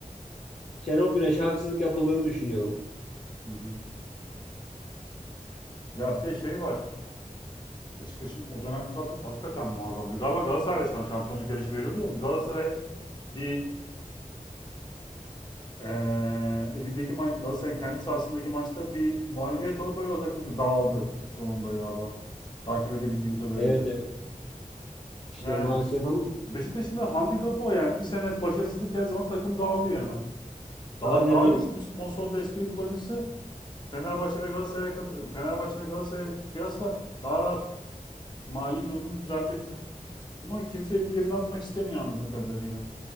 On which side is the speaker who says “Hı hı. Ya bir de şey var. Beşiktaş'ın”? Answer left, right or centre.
Left